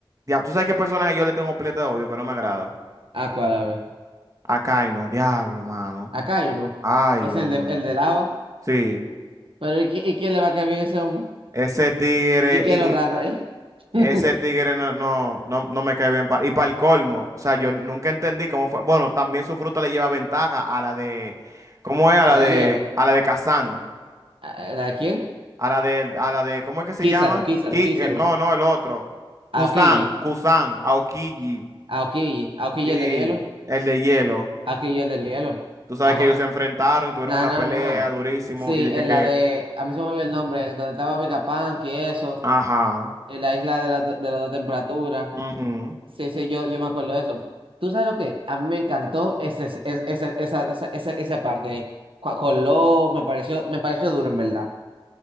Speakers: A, on the right; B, on the right.
A: Diablo, ¿tú sabes qué personaje yo le tengo pileta de odio que no me agrada?
B: ¿A cuál, a ver?
A: A Kaino, diablo, mano.
B: Acá hay uno.
A: Ay,
B: Es
A: Dios
B: el
A: mío.
B: de, el de lava.
A: Sí,
B: Pero ¿y, qui- y quién le va a caer bien a ese hombre?
A: ese tigre,
B: ¿Y qué
A: y,
B: es lo raro
A: y-
B: ahí? <laughs>
A: ese tigre no, no, no, no me cae bien. pa- y para el colmo, o sea, yo nunca entendí cómo fue. Bueno, también su fruta le lleva ventaja a la de. ¿Cómo es? A
B: A
A: la
B: la
A: de.
B: Lielo.
A: A la de Kazan.
B: ¿A, la quién?
A: A la de. A la de. ¿Cómo es que se
B: Kizaru,
A: llama?
B: Kizaru,
A: Ki-
B: Kizaru.
A: eh, no, no, el otro. Kusan,
B: Aokiji,
A: Kusan, Aokiji.
B: Aokiji. Aokiji
A: Sí,
B: el del hielo.
A: el de hielo.
B: Aokiji el del hielo.
A: Tú sabes
B: Ajá.
A: que ellos se enfrentaron y tuvieron
B: Nah,
A: una
B: nah,
A: pelea
B: nah.
A: durísimo
B: Sí,
A: y dije
B: en
A: que,
B: la de. A mí se me olvidó el nombre. Donde estaba Vegapunk y eso.
A: ajá,
B: En la isla de la, de la, de la temperatura.
A: ujú.
B: Sí, sí, yo, yo me acuerdo de eso. ¿Tú sabes lo que? A mí me encantó ese, ese- ese- esa, esa, esa, esa parte ahí. Cu- Con lo me pareció, me pareció duro, en verdad.